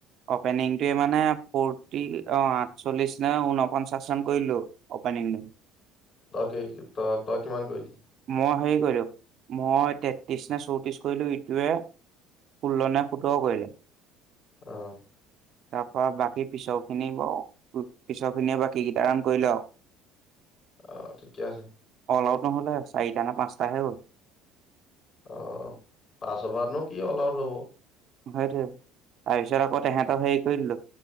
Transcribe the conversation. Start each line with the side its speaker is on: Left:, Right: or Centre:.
Right: অপেনিংটোয়ে মানে ফৰ্টি অ আঠচল্লিশ নে ঊনপঞ্চাশমান কৰিলো অপেনিং। উ
Left: তাকে, ত তই কিমান কৰিলি?
Right: মই হেৰি কৰিলো, মই তেত্ৰিশ ন চৌত্ৰিশ কৰিলো ইটোৱে ষোল্ল নে সোতৰ কৰিলে।
Left: অহ।
Right: তাৰপ বাকীি পিছৰখিনিয়ে বাকী কিতা ৰান কৰিলে আও
Left: আহ, ঠিকে আছে।
Right: আউট নহলে চাৰিটা নে পাঁচটাহে হ'ল।
Left: অ পাছ অভাৰতনো কি অল আউট হ'ব?
Right: সেইটোৱে, তাৰপিছত আকৌ তেহেতক হেৰি কৰি দিলো